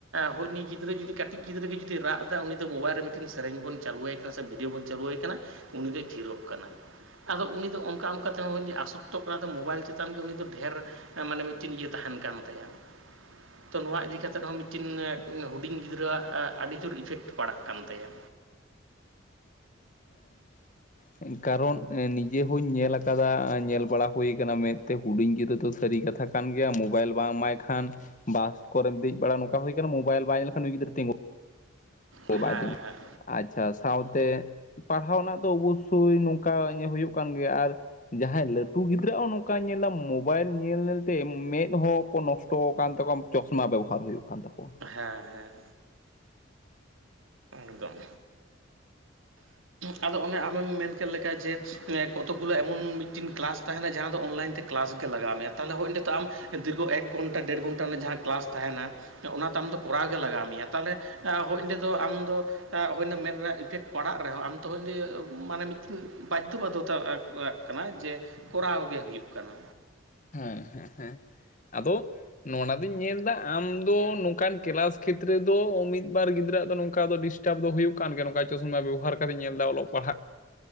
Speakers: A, on the right (about 75°); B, on the left (about 35°).
A: ᱦᱩᱭᱱᱤ ᱜᱤᱫᱽᱨᱟᱹ ᱡᱩᱫᱤ ᱠᱟᱴᱤᱡ ᱜᱤᱫᱽᱨᱟᱹ ᱜᱮ ᱡᱩᱫᱤ ᱨᱟᱜ ᱮᱫᱟ ᱩᱱᱤ ᱫᱚ ᱢᱳᱵᱟᱭᱤᱞ ᱨᱮ ᱢᱤᱫᱴᱤᱱ ᱥᱮᱨᱮᱧ ᱵᱚᱱ ᱪᱟᱹᱞᱩᱭᱟᱭ ᱠᱟᱱᱟ ᱥᱮ ᱜᱮ ᱵᱚᱱ ᱪᱟᱹᱞᱩᱣᱟᱭ ᱠᱟᱱᱟ ᱩᱱᱤ ᱫᱚᱭ ᱛᱷᱤᱨᱚᱜ ᱠᱟᱱᱟ। ᱟᱫᱚ ᱩᱱᱤ ᱫᱚ ᱚᱱᱠᱟ ᱚᱱᱠᱟ ᱛᱮᱦᱚ ᱟᱥᱚᱠᱛᱚᱜ ᱠᱟᱱᱟ ᱢᱳᱵᱟᱭᱤᱞ ᱪᱮᱛᱟᱱ ᱜᱮ ᱩᱱᱤ ᱫᱚ ᱰᱷᱮᱨ ᱢᱟᱱᱮ ᱢᱤᱫᱴᱤᱱ ᱤᱭᱟᱹ ᱛᱟᱦᱮᱱ ᱠᱟᱱ ᱛᱟᱭᱟ।
B: <inaudible>
A: ᱛᱚ ᱱᱚᱣᱟ ᱤᱫᱤ ᱠᱟᱛᱮᱫ ᱦᱚᱸ ᱢᱤᱫᱴᱤᱱ ᱦᱩᱰᱤᱧ ᱜᱤᱫᱽᱨᱟᱹᱭᱟᱜ ᱟᱹᱰᱤ ᱡᱳᱨ ᱤᱯᱷᱮᱠᱴ ᱯᱟᱲᱟᱜ ᱠᱟᱱ ᱛᱟᱭᱟ।
B: ᱦᱮᱸ ᱠᱟᱨᱚᱱ ᱱᱤᱡᱮ ᱦᱚᱧ ᱧᱮᱞ ᱟᱠᱟᱫᱟ ᱧᱮᱞ ᱵᱟᱲᱟ ᱦᱩᱭ ᱟᱠᱟᱱᱟ ᱢᱮᱱᱛᱮ ᱦᱩᱰᱤᱧ ᱜᱤᱫᱽᱨᱟᱹ ᱫᱚ ᱥᱟᱹᱨᱤ ᱠᱟᱛᱷᱟ ᱠᱟᱱ ᱜᱮᱭᱟ ᱢᱳᱵᱟᱭᱤᱞ ᱵᱟᱝ ᱮᱢᱟᱭ ᱠᱷᱟᱱ ᱵᱟᱥ ᱠᱚᱨᱮᱢ ᱫᱮᱡ ᱵᱟᱲᱟ ᱱᱚᱝᱠᱟ ᱦᱩᱭ ᱟᱠᱟᱱᱟ ᱢᱳᱵᱟᱭᱤᱞ ᱵᱟᱭ ᱧᱮᱞ ᱞᱮᱠᱷᱟᱱ ᱱᱩᱭ ᱜᱤᱫᱽᱨᱟ ᱛᱤᱸᱜᱩ ᱦᱚᱸ
A: ᱦᱮᱸ
B: ᱵᱟᱭ ᱛᱤᱜᱩᱱ,
A: ᱦᱮᱸ
B: ᱟᱪᱪᱷᱟ ᱥᱟᱶᱛᱮ ᱯᱟᱲᱦᱟᱣ ᱨᱮᱱᱟᱜ ᱫᱚ ᱚᱵᱚᱥᱳᱭ ᱱᱚᱝᱠᱟ ᱦᱩᱭᱩᱜ ᱠᱟᱱ ᱜᱮᱭᱟ ᱟᱨ ᱡᱟᱦᱟᱸᱭ ᱞᱟᱹᱴᱩ ᱜᱤᱫᱽᱨᱟᱹ ᱦᱚᱸ ᱱᱚᱝᱠᱟ ᱧᱮᱞᱟ ᱢᱳᱵᱟᱭᱤᱞ ᱧᱮᱞ ᱧᱮᱞᱛᱮ ᱢᱮᱫᱦᱚ ᱠᱚ ᱱᱚᱥᱴᱚᱜ ᱛᱚ ᱠᱟᱱ ᱛᱟᱠᱚᱣᱟ ᱪᱚᱥᱢᱟ ᱵᱮᱵᱚᱦᱟᱨ ᱦᱩᱭᱩᱜ ᱠᱟᱱ ᱛᱟᱠᱚᱣᱟ।
A: ᱦᱮᱸ ᱦᱮᱸ ᱦᱮᱸ᱾ ᱮᱠᱫᱳᱢ᱾ ᱟᱫᱚ ᱚᱱᱮ ᱟᱢᱮᱢ ᱢᱮᱱ ᱠᱮᱫ ᱞᱮᱠᱟ ᱡᱮ ᱠᱚᱛᱚᱠ ᱜᱩᱞᱟ. ᱮᱢᱚᱱ ᱢᱤᱫᱴᱤᱱ ᱠᱮᱞᱟᱥ ᱛᱟᱦᱮᱱᱟ ᱡᱟᱦᱟᱸ ᱫᱚ ᱚᱱᱞᱟᱭᱤᱱ ᱛᱮ ᱠᱮᱞᱟᱥ ᱜᱮ ᱞᱟᱜᱟᱣ ᱢᱮᱭᱟ, ᱛᱟᱦᱞᱮ ᱦᱳᱭ ᱱᱤᱛᱚᱜ ᱟᱢ ᱫᱤᱨᱜᱚ ᱮᱠ ᱜᱷᱚᱱᱴᱟ ᱫᱮᱲ ᱜᱷᱚᱱᱴᱟ ᱨᱮᱱᱟᱜ ᱡᱟᱦᱟᱸ ᱠᱮᱞᱟᱥ ᱛᱟᱦᱮᱱᱟ, ᱚᱱᱟ ᱛᱮ ᱟᱢᱫᱚ ᱠᱚᱨᱟᱣ ᱜᱮ ᱞᱟᱜᱟᱣ ᱢᱮᱭᱟ ᱛᱟᱦᱚᱞᱮ ᱦᱳ ᱚᱸᱰᱮ ᱫᱚ ᱟᱢ ᱫᱚ ᱦᱚᱭ ᱚᱱᱟ ᱢᱮᱱ ᱤᱯᱷᱮᱠᱴ ᱯᱟᱲᱟᱜ ᱨᱮᱦᱚᱸ ᱟᱢ ᱛᱚᱠᱷᱚᱱ ᱫᱚ ᱢᱟᱱᱮ ᱢᱤᱫᱴᱤᱱ ᱵᱟᱫᱽᱫᱷᱚ ᱵᱟᱫᱽᱫᱷᱚᱛᱟᱜ ᱠᱟᱱᱟ ᱡᱮ ᱠᱚᱨᱟᱣ ᱜᱮ ᱦᱩᱭᱩᱜ ᱠᱟᱱᱟ᱾
B: ᱦᱮᱸ ᱦᱮᱸ ᱦᱮᱸ ᱟᱫᱚ ᱱᱚᱜ ᱱᱚᱣᱟ ᱫᱚᱧ ᱧᱮᱞ ᱮᱫᱟ ᱟᱢ ᱫᱚ ᱱᱚᱝᱠᱟᱱ ᱠᱮᱞᱟᱥ ᱠᱷᱮᱛᱨᱮ ᱫᱚ ᱢᱤᱫ ᱵᱟᱨ ᱜᱤᱫᱽᱨᱟᱹᱜ ᱫᱚ ᱱᱚᱝᱠᱟ ᱫᱚ ᱰᱤᱥᱴᱟᱵ ᱫᱚ ᱦᱩᱭᱩᱜ ᱠᱟᱱ ᱜᱮ ᱱᱚᱝᱠᱟ ᱪᱚᱥᱢᱟ ᱵᱮᱵᱚᱦᱟᱨ ᱠᱟᱛᱮᱧ ᱧᱮᱞ ᱫᱟ ᱚᱞᱚᱜ ᱯᱟᱲᱦᱟᱜ